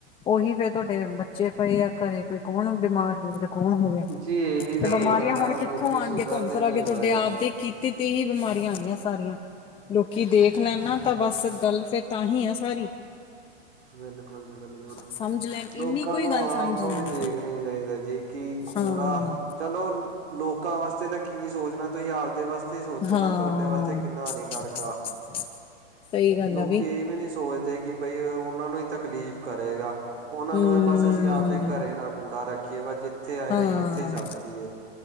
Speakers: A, on the left (about 15°); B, on the right (about 80°).
A: ਉਹੀ ਫੇਰ ਤੁਹਾਡੇ ਬੱਚੇ ਪਏ ਆ ਘਰੇ ਕੋਈ ਕੌਣ ਬਿਮਾਰ ਕੌਣ ਹੋਵੇ। ਬਿਮਾਰੀਆਂ
B: ਜੀ ਇਹੀ ਤਾਂ ਰੋਲ ਹੈ ਨਾ
A: ਹੁਣ ਕਿੱਥੋਂ
B: ਲੋਕੀ
A: ਆਉਣਗੇ
B: ਸੁਧਰਦੇ
A: ਘੁੰਮ ਫਰਾ
B: ਨੀ
A: ਕੇ ਤੁਹਾਡੇ
B: ਪਏ
A: ਆਪਦੇ ਦੇ ਕੀਤੇ ਤੀਹ ਬਿਮਾਰੀਆਂ ਆਉਣ ਗਈਆਂ ਸਾਰੀਆਂ ਲੋਕੀ ਦੇਖ ਲੈ ਨਾ। ਤਾਂ ਬਸ ਗੱਲ ਫੇਰ ਤਾਂ ਹੀ ਐ ਸਾਰੀ।
B: ਬਿਲਕੁਲ ਜੀ ਬਿਲਕੁਲ
A: ਸਮਝ ਲੈਣ ਇੰਨੀ
B: ਲੋਕਾਂ
A: ਕੋਈ
B: ਨੂੰ
A: ਗੱਲ
B: ਆਪ
A: ਸਮਝ
B: ਨੂੰ
A: ਲੈਣ
B: ਵੀ ਦੇਖ ਐਕਨੀ ਚਾਈਦੇੈ ਜੀ ਕਿ ਕੂੜਾ
A: ਹਾਂ।
B: ਚਲੋ ਲੋਕ ਲੋਕਾਂ ਵਾਸਤੇ ਤਾਂ ਕੀ ਸੋਚਨਾ ਤੁਸੀਂ ਆਵਦੇ ਵਾਸਤੇ ਈ ਸੋਚੋ
A: ਹਾਂ
B: ਨਾ ਤੋਡੇ ਵਾਸਤੇ ਕਿੰਨਾ ਹਾਨੀਕਾਰਕ ਆ।
A: <inaudible> ਸਹੀ ਗੱਲ
B: ਲੋਕੀ
A: ਆ ਬਈ
B: ਏ ਵੀ ਨੀ ਸੋਚਦੇ ਕਿ ਬਈ ਓਨਾਂ ਨੂੰ ਈ ਤਕਲੀਫ ਕਰੇਗਾ ਓਨਾਂ
A: ਹੂੰ।
B: ਨੂੰ ਐ ਬਸ ਅਸੀਂ ਆਵਦੇ ਘਰੇ ਨਾ ਕੂੜਾ ਰੱਖੀਏ ਬਸ ਜਿੱਥੇ ਆਏਆ
A: ਹਾਂ
B: ਅਸੀਂ ਓਥੇ ਈ ਸੱਟ ਦਈਏ